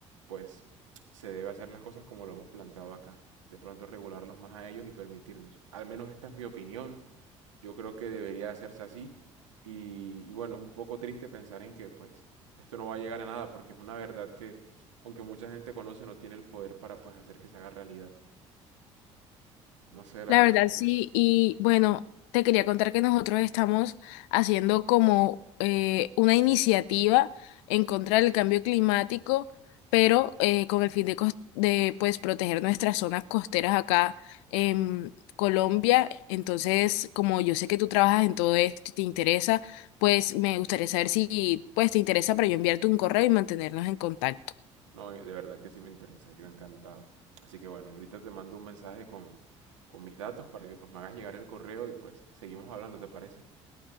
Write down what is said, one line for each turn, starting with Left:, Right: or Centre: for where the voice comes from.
Right: pues se debe hacer las cosas como lo hemos planteado acá, de pronto regularlos más a ellos y permitirnos. Al menos esta es mi opinión, yo creo que debería hacerse así y, y bueno, es un poco triste pensar en que pues esto no va a llegar a nada porque es una verdad que aunque mucha gente conoce no tiene el poder para pues hacer que se haga realidad. No sé la
Left: La
Right: verdad
Left: verdad,
Right: qué piensas.
Left: sí. Y bueno, te quería contar que nosotros estamos haciendo como eh, una iniciativa en contra del cambio climático, pero eh, con el fin de, cos- de pues proteger nuestras zonas costeras acá en Colombia. Entonces, como yo sé que tú trabajas en todo esto y te interesa, pues me gustaría saber si pues te interesa para yo enviarte un correo y mantenernos en contacto.
Right: No, eh, de verdad que sí me interesa, yo encantado. Así que bueno, ahorita te mando un mensaje con, con mis datos para que pues me hagas llegar el correo y pues seguimos hablando, ¿te parece?